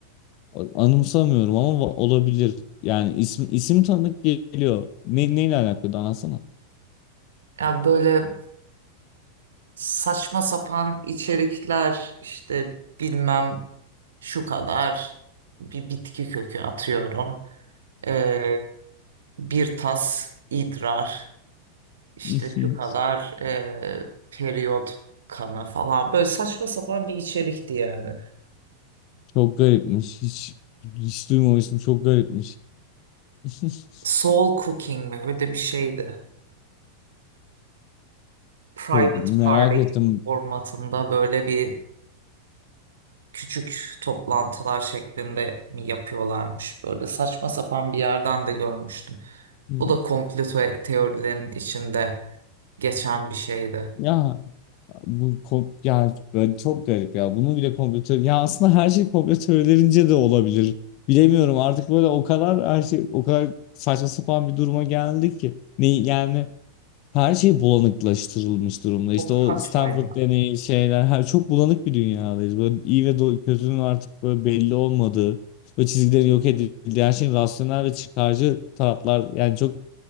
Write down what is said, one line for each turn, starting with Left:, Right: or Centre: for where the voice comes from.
Left: Anımsamıyorum ama va- olabilir. Yani isim isim tanıdık geliyor. Ne, neyle alakalı anlatsana.
Right: Yani böyle saçma sapan içerikler işte bilmem şu kadar bir bitki kökü atıyorum. Ee, bir tas idrar işte
Left: <laughs>
Right: şu kadar e, periyot kanı falan böyle saçma sapan bir içerikti yani.
Left: Çok garipmiş. Hiç, hiç duymamıştım. Çok garipmiş. <laughs>
Right: Soul Cooking mi öyle bir şeydi. Private
Left: Çok merak
Right: Party
Left: ettim.
Right: formatında böyle bir küçük toplantılar şeklinde mi yapıyorlarmış? Böyle saçma sapan bir yerden de görmüştüm.
Left: Hmm.
Right: Bu da komplo te- teorilerinin içinde geçen bir şeydi.
Left: Ya bu kom- ya böyle çok garip ya. Bunu bile komplo teori- ya aslında her şey komplo teorilerince de olabilir. Bilemiyorum artık böyle o kadar her şey o kadar saçma sapan bir duruma geldi ki. Ne yani Her şey bulanıklaştırılmış durumda. İşte
Right: Çok saçma
Left: o Stanford
Right: ya.
Left: deneyi şeyler her çok bulanık bir dünyadayız. Böyle iyi ve do- kötünün artık böyle belli olmadığı ve çizgileri yok edildiği her şeyin rasyonel ve çıkarcı taraflar yani çok